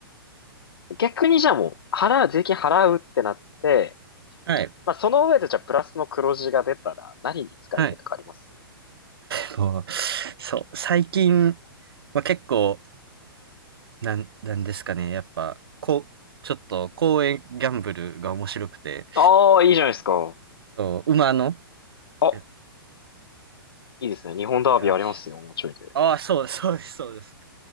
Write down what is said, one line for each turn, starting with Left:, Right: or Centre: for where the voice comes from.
Left: ね。逆にじゃあもう、払う、税金払うってなって、
Right: はい。
Left: まあその上でじゃあプラスの黒字が出たら何に使いたいとかあります
Right: はい。でもそう、最近は結構、なん、なんですかね、やっぱ、こう、ちょっと公園ギャンブルが面白くて、
Left: ああー、いいじゃないですか。
Right: そう、馬の、
Left: あ、
Right: え、
Left: いいですね。日本ダービーありますよ、
Right: てか、
Left: もうちょいで。
Right: ああ、そうです、そうです、そうです。